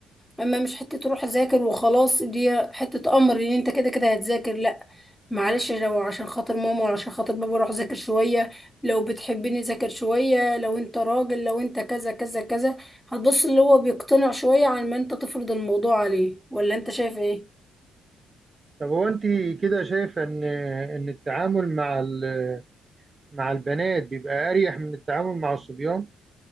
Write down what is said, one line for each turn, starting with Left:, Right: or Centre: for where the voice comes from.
Centre: اما مش حته تروح اذاكر وخلاص دي حته امر ان انت كده كده هتذاكر لا معلش لو عشان خاطر ماما ولا عشان خاطر بابا روح ذاكر شويه لو بتحبني ذاكر شويه لو انت راجل لو انت كذا كذا كذا هتبص اللي هو بيقتنع شويه عن ما انت تفرض الموضوع عليه ولا انت شايف ايه
Right: طب هو انت كده شايفه ان ان التعامل مع ال- مع البنات بيبقى اريح من التعامل مع الصبيان